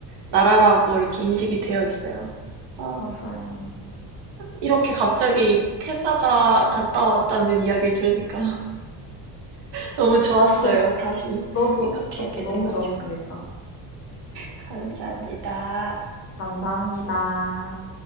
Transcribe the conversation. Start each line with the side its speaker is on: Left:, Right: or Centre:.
Right: 나라라고 이렇게 인식이 되어 있어요. 아
Left: 맞아요.
Right: 이렇게 갑자기 캐나다 갔다 왔다는 이야기를 들으니까 너무 좋았어요.
Left: 저도,
Right: 다시
Left: 너도,
Right: 생각하게
Left: 저도 너무
Right: 돼가지고.
Left: 좋았습니다.
Right: 감사합니다.
Left: 감사합니다.